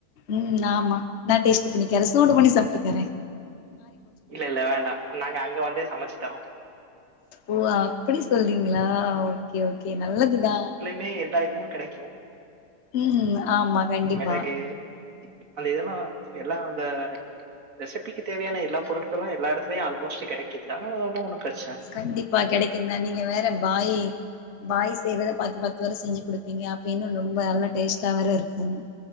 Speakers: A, on the left; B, on the right.
A: ம் ஆமா நா டேஸ்ட் பண்ணிக்கறே சூடு பண்ணி சாப்ட்டுக்கறே
B: இல்லல்ல வேண்டா நாங்க அங்க வநதே சமச்சு தர்றோ
A: ஓ அப்படி சொல்றீங்களா ஓகே ஓகே நல்லதுதா
B: மே எல்லா இதுவு கெடைக்கு
A: ம் ஆமா கண்டிப்பா
B: மெளகு அந்த இதெல்லா எல்லா அந்த ரெசிபிக்கு தேவையான எல்லா பொருட்களு எல்லா எடத்துலையு ஆல்மோஸ்ட் கெடைக்குது அதனால ஒன் ஒன்னு பிரச்
A: கண்டிப்பா கெடைக்குந்தா நீங்க வேற பாய் பாய் செய்யறத பாத்து பாத்து வேற செஞ்சு குடுப்பீங்க அப்ப இன்னு ரொம்ப நல்லா டேஸ்ட்டா வேற இருக்கு